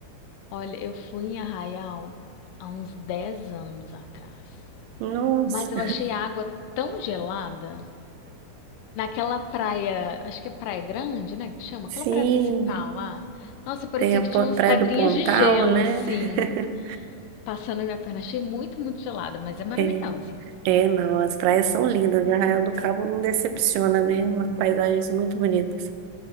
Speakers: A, on the left; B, on the right.
A: Olha, eu fui em Arraial há uns 10 anos atrás.
B: Nossa,
A: Mas eu achei a água tão gelada Naquela praia, acho que é Praia Grande, né? Que chama?
B: sim.
A: Aquela praia principal lá. Nossa, parecia
B: Tem a po-
A: que tinha umas
B: Praia
A: pedrinhas
B: do Pontal,
A: de gelo,
B: né?
A: assim,
B: <laughs>
A: passando na minha perna. Achei muito, muito gelada, mas é maravilhosa.
B: É, é, não, as praias são lindas. E Arraial do Cabo não decepciona, né? Umas paisagens muito bonitas.